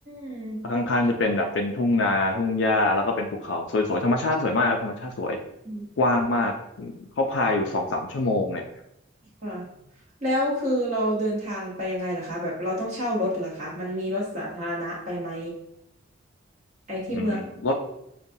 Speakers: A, on the right (about 35°); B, on the left (about 70°).
A: ม
B: แล้วข้างๆจะเป็นแบบเป็นทุ่งนาทุ่งหญ้าแล้วก็เป็นภูเขาสวยๆธรรมชาติสวยมากครับธรรมชาติสวย
A: อืม
B: กว้างมากเขาพายอยู่สองสามชั่วโมงเนี่ย
A: ค่ะแล้วคือเราเดินทางไปยังไงล่ะคะแบบเราต้องเช่ารถเหรอคะมันมีรถสาธารณะไปไหมไอ้ที่เมือง
B: อืมรถ